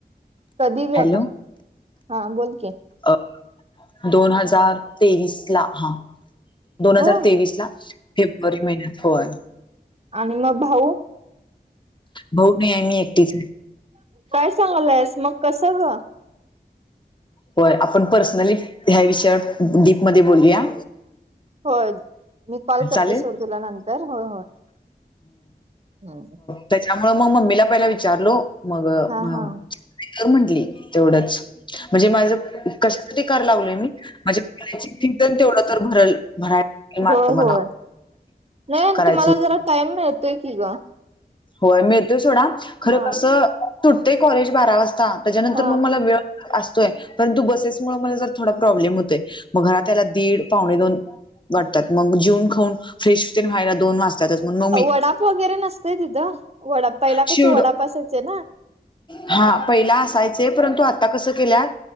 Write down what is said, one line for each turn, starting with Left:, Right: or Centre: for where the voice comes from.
Right: कधी ग?
Left: हॅलो
Right: हा बोल की.
Left: अ दोन हजार तेवीसला हा दोन हजार
Right: हो
Left: तेवीसला फे ब्रुवारी महिन्यात होय.
Right: आणि मग भाऊ?
Left: भाऊ नाही आहे मी एकटीच आहे.
Right: काय सांगलायस मग कसं ग?
Left: होय आपण पर्सनली ह्या विषयावर डीपमध्ये बोलूया.
Right: होय मी कॉल करते
Left: चालेल
Right: सोड तुला नंतर होय होय हम्म.
Left: त्याच्यामुळ मग मम्मीला पहिला विचारलो मग
Right: हा
Left: म
Right: हा
Left: कर म्हंटली तेवढंच. म्हणजे माझं कशासाठी कारलागलोय मी म्हणजे <unintelligible> तेवढं तर भरल भरायला
Right: होय होय
Left: मला
Right: नाही
Left: करायच
Right: तुम्हाला
Left: होत.
Right: जरा टाईम मिळ तोय की ग.
Left: होय मिळतोय सोडा खरं
Right: हा
Left: कसं सुटतंय कॉलेज बारा वाज त्याच्यानंतर
Right: हा
Left: मग मला वेळ असतोय परंतु बसेस मुळ मला जरा थोडा प्रॉब्लेम होतोय मग घरात याला दीड, पावणे दोन वाटतात मग जीवन खाऊन फ्रेश तेन व्हायला दोन वाजतातच मग मी
Right: वडाप वगैरे नसते तिथं वडाप पहिला
Left: शिवड
Right: कसं वडाप असायचे ना?
Left: हा पहिले असायचे परंतु आता कसं केल्यात